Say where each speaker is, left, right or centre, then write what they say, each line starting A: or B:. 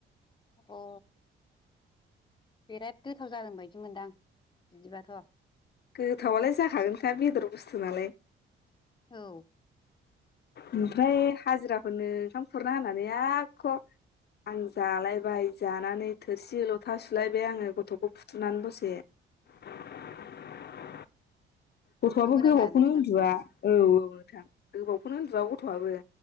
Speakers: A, on the left (about 25°); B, on the left (about 55°).
A: अ बिराद गोथाव जादों बायदि मोनदां बिदिबाथ'।
B: गोथावालाय जाखागोनखा बेदर बुस्थु नालाय।
A: औ।
B: ओमफ्राय हाजिराफोरनो ओंखाम खुरना होनानै आख' आं जालायबाय जानानै थोरसि लथा सुलायबाय आङो गथ'खौ फुथुनानै दसे। <unintelligible> गथ'आबो
A: नंगौ
B: गोबावखौनो
A: नामा नोंथां
B: उन्दुआ औ औ नोंथां गोबावखौनो उन्दुवा गथ'आबो।